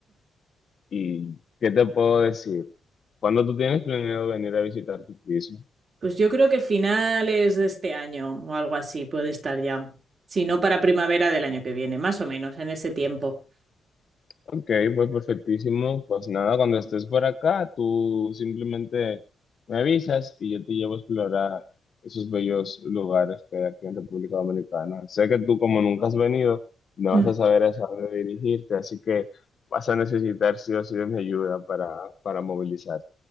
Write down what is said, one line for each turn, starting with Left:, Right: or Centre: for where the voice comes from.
Left: ¿Y qué te puedo decir? Cuando tú tienes planeado venir a visitar tu piso?
Right: Pues yo creo que finales de este año o algo así puede estar ya. Si no, para primavera del año que viene, más o menos, en ese tiempo.
Left: Ok, pues perfectísimo. Pues nada, cuando estés por acá, tú simplemente me avisas y yo te llevo a explorar esos bellos lugares que hay aquí en República Dominicana. Sé que tú, como nunca has venido, no
Right: Mm,
Left: vas a saber hacia dónde dirigirte, así que vas a necesitar sí o sí de mi ayuda para, para movilizarte.